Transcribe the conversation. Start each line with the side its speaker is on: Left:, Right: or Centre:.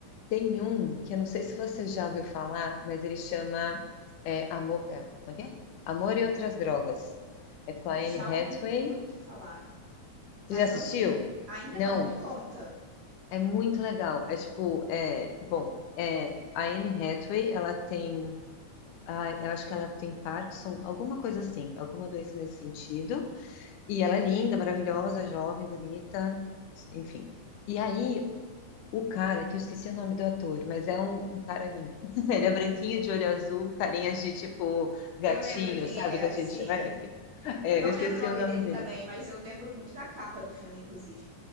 Left: Tem um que eu não sei se você já ouviu falar, mas ele chama é, Amor, é, como é que é? Amor e Outras Drogas. É com a Anne
Right: Já
Left: Hathaway.
Right: ouvi muito falar,
Left: Você
Right: mas
Left: já assistiu?
Right: não vi. Ainda
Left: Não.
Right: não, me conta.
Left: É muito legal. É tipo, é, bom, é, a Anne Hathaway, ela tem, ai, eu acho que ela tem Parkinson, alguma coisa assim, alguma doença nesse sentido. E ela é linda, maravilhosa, jovem, bonita, enfim. E aí, o cara, que eu esqueci o nome do ator, mas é um, um cara lindo. <laughs> Ele é branquinho, de olho azul, carinha de tipo gatinho,
Right: Eu lembro quem
Left: sabe?
Right: ele é,
Left: Gatinho
Right: sim.
Left: de Shrek. É,
Right: Eu não
Left: eu esqueci
Right: lembro o nome
Left: o nome
Right: dele
Left: dele.
Right: também, mas eu lembro muito da capa do filme, inclusive.